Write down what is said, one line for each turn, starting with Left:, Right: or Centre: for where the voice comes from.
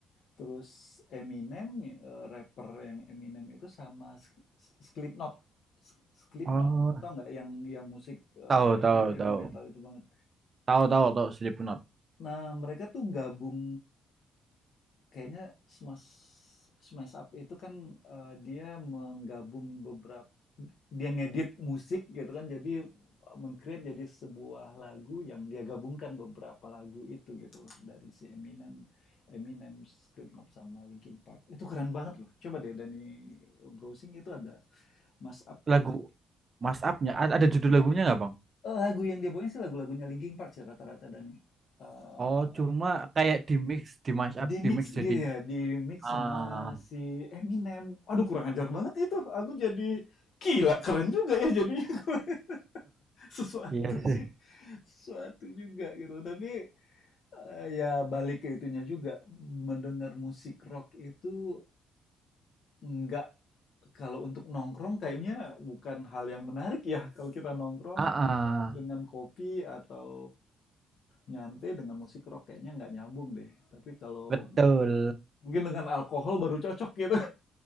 Left: terus Eminem eh, rapper yang Eminem itu sama S- S- Slipknot. S- Slipknot
Right: Oh,
Left: tau nggak yang yang musik eh,
Right: tahu tahu
Left: heavy
Right: tahu.
Left: metal itu banget.
Right: Tahu tahu tahu Slipknot.
Left: Nah, mereka tuh gabung Kayaknya Smash Smash Up itu kan, eee, dia menggabung beberapa dia ngedit musik gitu kan, jadi, eee, meng-create jadi sebuah lagu yang dia gabungkan beberapa lagu itu gitu loh, dari si Eminem Eminem, Slipknot, sama Linkin Park. Itu keren banget loh, coba deh Dani browsing itu ada Smash up itu.
Right: Lagu Mas Up-nya a- ada judul lagunya nggak, Bang?
Left: Eee, lagu yang dia bawain sih lagu-lagunya Linkin Park sih rata-rata Dani, eee,
Right: Oh, cuma kayak di mix, di mash
Left: Di
Right: up, di
Left: mix
Right: mix
Left: gitu
Right: jadi
Left: ya, di mix
Right: ah
Left: sama si Eminem. Aduh, kurang ajar banget itu. Aku jadi gila, keren juga ya jadinya. <laughs> sesuatu
Right: iya sih.
Left: sih, sesuatu juga gitu. Tapi eh, ya balik ke itunya juga. Mendengar musik rock itu nggak kalau untuk nongkrong kayaknya bukan hal yang menarik ya. Kalau kita nongkrong
Right: Ah, ah,
Left: dengan kopi atau nyantai dengan musik rock kayaknya nggak nyambung deh. Tapi kalau
Right: betul.
Left: Mungkin dengan alkohol baru cocok gitu.